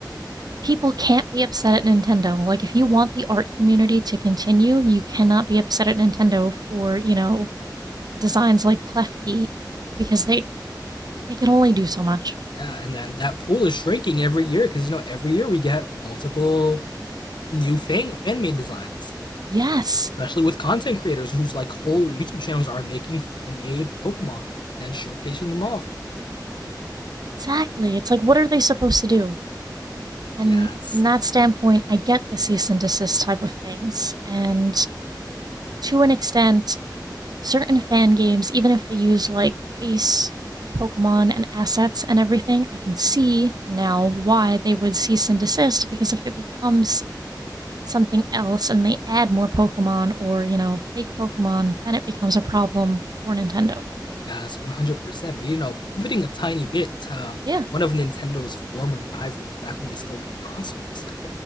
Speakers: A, on the right; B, on the left.
A: people can't be upset at Nintendo. Like, if you want the art community to continue, you cannot be upset at Nintendo for, you know, designs like Klefki because they they can only do so much.
B: yeah, and then that pool is shrinking every year because you know every year we get multiple new fan fan made designs.
A: Yes,
B: especially with content creators whose like whole YouTube channels are making fan-made Pokemon and showcasing them off.
A: exactly. It's like, what are they supposed to do? And
B: Yes,
A: from that standpoint, I get the cease and desist type of things. And to an extent, certain fan games, even if they use like base Pokemon and assets and everything, I can see now why they would cease and desist because if it becomes something else and they add more Pokemon or, you know, fake Pokemon, then it becomes a problem for Nintendo.
B: yes, 100%. But you know, pivoting a tiny bit to
A: Yeah.
B: one of Nintendo's former rivals back when they still made consoles,